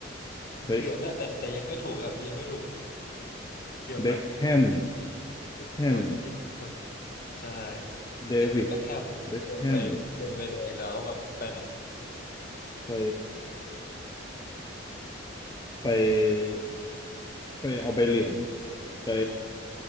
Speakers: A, on the left (about 20°); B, on the left (about 50°).
A: เฮ้ย
B: เกือบแล้วแต่แต่ยังไม่ถูกครับยังไม่ถูกเกือบละ
A: เบ็คแฮม
B: ติ๊กตอกติ๊กตอก
A: แฮม
B: ใช่
A: เดวิด
B: เดวิดแบ็คแฮมอ่ะโดนใบโดนใบแดงแล้วแบบไปไหน
A: เบ็คแฮมไปไปไปเอาใบเหลืองไป